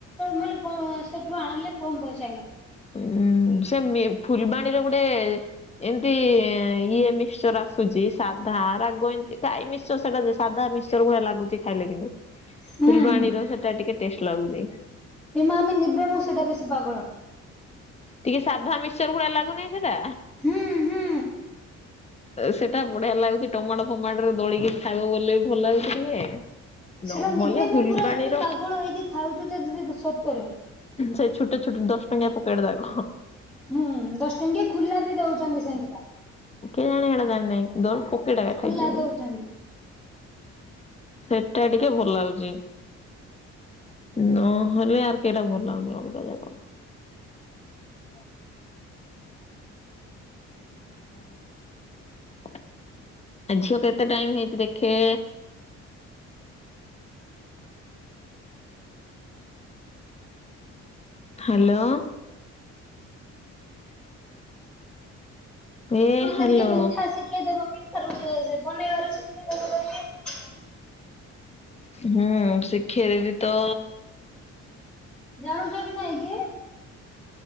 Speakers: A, in the centre; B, on the left.
A: ନହେଲେ କ- ସେଠୁ ଆଣିଲେ କମ ପଇସା ନିଏ।
B: ଉଁ, ସେ ମି -ଫୁଲବାଣୀର ଗୁଟେ ଏମତି ଇଏ ମିକ୍ଶଚର ଆସୁଛି ସାଧା ରାଗ ଏମତି ଖାଇ ମିସ୍ ସ ସେଟା ସେ ସାଧା ମିିସ୍ଚର ଭଳିଆ ଲାଗୁଚି ଖାଇଲେ କିନ୍ତୁ।
A: ହୁଁ
B: ଫୁଲବାଣୀର
A: ହୁଁ।
B: ସେଟା ଟିକେ ଟେଷ୍ଟ ଲାଗୁଚି।
A: ଏ ମା ଆମେ ନିବୁନୁ ସେଇଟା ବେଶୀ ପାଗଳ।
B: ଟିକେ ସାଧା ମିିସ୍ଚର ଭଳିଆ ଲାଗୁ ନାହିଁ ସେଟା?
A: ହୁଁ ହୁଁ।
B: ଏ ସେଟା ବଢିଆ ଲାଗୁଚି ଟମାଟୋ ଫମାଟୋ ରେ ଦୋଳିକି ଖାଇବ ବୋଲେ ଭଲ ଲାଗୁଛି ଟିକେ।
A: ସେଟା
B: ନହେଲେ
A: ନେବି ମୁଁ
B: ଫୁଲବାଣୀର
A: ପୁରା ଏତେ ପାଗଳ ହେଇକି ଖାଉଚୁ ଯେ ଦିଦି ବୁ-ସତରେ।
B: ସେ ଛୁଟ ଛୁଟ ଦଶ ଟଙ୍କିଆ ପକେଡ ଯାକ।
A: ହୁଁ, ଦଶ ଟଙ୍କିଆ ଖୁଲା ବି ଦଉଛନ୍ତି ସେମିତି ବା।
B: କେଇଜାଣେ ହେଟା ଜାଣିନାହିଁ ଦ-ପକେଟ୍ ଆକା
A: ଖୁଲା
B: ଖାଇଛି ମୁଇଁ।
A: ଦଉଛନ୍ତି।
B: ସେଟା ଟିକେ ଭଲ ଲାଗୁଚି। ନହେଲେ ଆର କେଟା ଭଲ୍ ଲାଗୁନି ଅଲଗା ଯାକ। <inaudible> <inaudible> ଏ ଝିଅ କେତେ ଟାଇମ୍ ହେଇଛି ଦେଖେ? <inaudible> ହାଲୋ। ଏ ହାଲୋ
A: ତୋତେ କିଏ ମିଠା ଶିଖେଇଦବ ମିଠା ବନେଇବା ସେ ବନେଇବା <inaudible> ଶିଖେଇଦବ ଯଦି କିଏ
B: ହୁଁ, ଶିଖେଇ ଦେବି ତ
A: ଜାଣୁଛ କି ନାଇଁ କି?